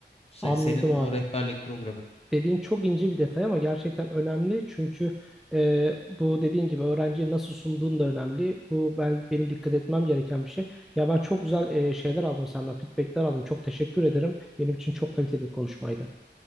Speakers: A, on the left (about 35°); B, in the centre.
A: Se-
B: Anladım
A: senin
B: abi.
A: o rehberlik programın.
B: Dediğin çok ince bir detay ama gerçekten önemli çünkü e, bu dediğin gibi öğrenciye nasıl sunduğun da önemli. Bu ben benim dikkat etmem gereken bir şey. Ya ben çok güzel e, şeyler aldım senden, feedbackler aldım. Çok teşekkür ederim. Benim için çok kaliteli bir konuşmaydı.